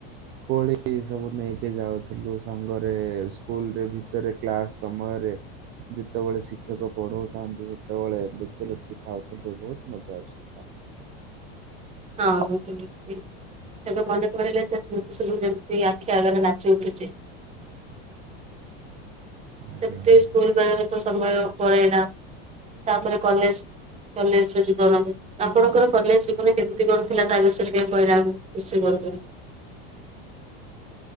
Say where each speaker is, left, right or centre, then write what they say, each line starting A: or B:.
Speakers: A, on the right; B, on the right.
A: କୋଳି ସବୁ ନେଇକି ଯାଉଥିଲୁ ସାଙ୍ଗରେ ସ୍କୁଲ ରେ ଭି ଭିତରେ କ୍ଲାସ ସମୟରେ, ଯେତେବେଳେ ଶିକ୍ଷକ ପଢଉଥାନ୍ତି ସେତେବେଳେ ଲୁଚି ଲୁଚି ଖାଉଥିଲୁ ବହୁତ ମଜା। ଅସଲା।
B: ହଁ ଅ <unintelligible> ଏବେ ମନେ ପଡ଼ିଲେ ସେ ସ୍ମୃତି ସବୁ ଯେମିତି ଆଖି ଆଗରେ ନାଚି ଉଠୁଛି।
A: ଆଜ୍ଞା
B: ସେମିତି ସ୍କୁଲବେଳ ର ତ ସମୟ ପଳେଇଲା ତାପରେ କଲେଜ, କଲେଜ ର ଜୀବନ। ଆପଣଙ୍କର କଲେଜ ଜୀବନ କେମିତି କଣ ଥିଲା ତା ବିଷୟରେ ଟିକେ କହିଲା ଖୁସି କରୁିନ୍ତି।